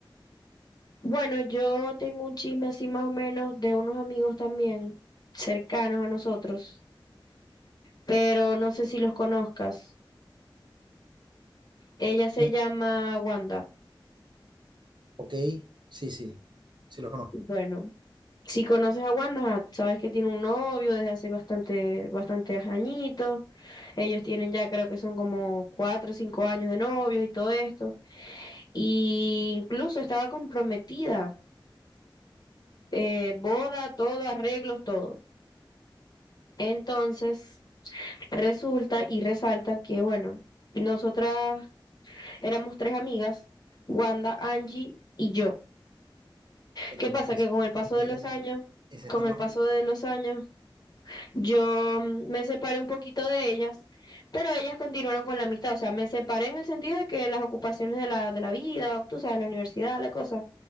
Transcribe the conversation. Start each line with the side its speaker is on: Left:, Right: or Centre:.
Left: bueno, yo tengo un chisme así más o menos de unos amigos también, cercanos a nosotros, pero no sé si los conozcas. Ella se
Right: ¿Quién?
Left: llama Wanda.
Right: Ok, sí, sí, sí lo conozco.
Left: Bueno, si conoces a Wanda, ajá, sabes que tiene un novio desde hace bastante, bastantes añitos Ellos tienen ya, creo que son como cuatro o cinco años de novios y todo esto. Y incluso estaba comprometida, eh, boda, todo, arreglos, todo. Entonces, resulta y resalta que, bueno, nosotras éramos tres amigas, Wanda, Angie y yo.
Right: Pero
Left: ¿Qué pasa? Que
Right: ese,
Left: con el paso
Right: este-
Left: de los años,
Right: ese
Left: con
Right: está más
Left: el paso
Right: fuerte.
Left: de los años, Yo mm, me separé un poquito de ellas, pero ellas continuaron con la amistad, o sea, me separé en el sentido de que las ocupaciones de la, de la vida, tú sabes, la universidad, la cosa.